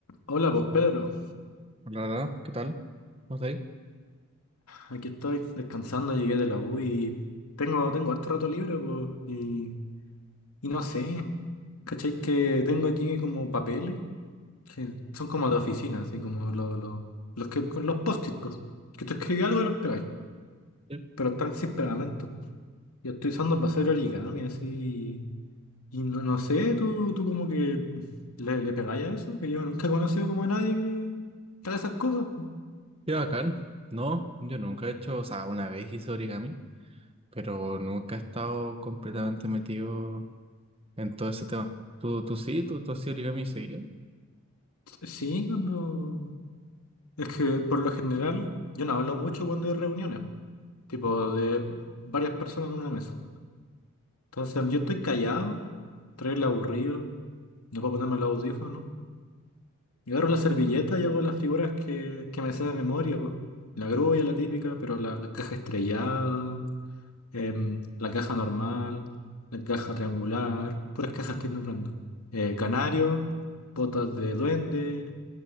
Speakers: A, on the left; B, on the right.
A: Hola, pues Pedro,
B: Hola, hola, ¿qué tal? ¿Cómo estás ahí?
A: aquí estoy descansando, llegué de la U y tengo, tengo harto rato libre, pues, y, y no sé, ¿cachai? Que tengo aquí como papeles, que son como de oficina, así como lo- lo- los que con los post-it, pues, que tú escribís algo y los pegáis,
B: Qué
A: pero están sin pegamento. Yo estoy usando para hacer origami, así, y, no, no sé, tú, tú como que le, le pegáis a eso, que yo nunca he conocido como a nadie que haga esas cosas.
B: qué bacán. No, yo nunca he hecho, o sea, una vez hice origami, pero nunca he estado completamente metido en todo ese tema. ¿Tú, tú sí? ¿Tú, tú has origami seguido?
A: Sí, cuando... Es que por lo general yo no hablo mucho cuando hay reuniones, tipo
B: Ujú.
A: de varias personas en una mesa. Entonces yo estoy callado, traigo el aburrido, no puedo ponerme los audífonos. Y agarro la servilleta y hago las figuras que, que me sé de memoria, pues. La grulla, la típica, pero la, la caja estrellada, em, la caja normal, la caja triangular, puras cajas estoy nombrando. Eh, canario, botas de duende,